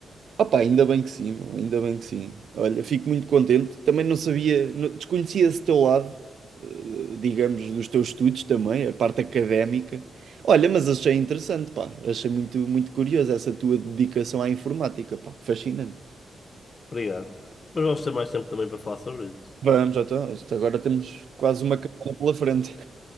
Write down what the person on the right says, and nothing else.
Opa, ainda bem que sim, meu, ainda bem que sim. Olha, fico muito contente. Também não sabia, não- desconhecia esse teu lado, eh, digamos, dos teus estudos também, a parte académica. Olha, mas achei interessante, pá. Achei muito, muito curioso essa tua dedicação à informática, pá. Fascinante.
Vamos, já então, isto agora temos quase uma carreira pela frente.